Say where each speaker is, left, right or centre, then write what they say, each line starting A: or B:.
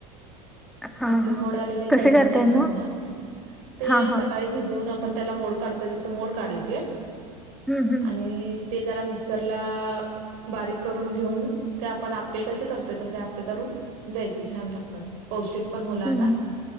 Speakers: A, in the centre; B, on the right (about 65°).
A: हा
B: आपले
A: हा
B: मोड आलेले
A: कसे
B: कडधान्य
A: करताय
B: असतात
A: मग?
B: ना ते
A: हा हा
B: सकाळी भिजवून पण त्याला मो काढतोय तस मोड काढाय चे
A: हम्म हम्म
B: आणि ते जरा मिक्सी त्याला बारीक करून पिळून घेऊन ते आपण आप्पे कसे करतो तसे आप्पे करून द्यायचे छान लागतात पोस्टीक पण मुलांना
A: हम्म हम्म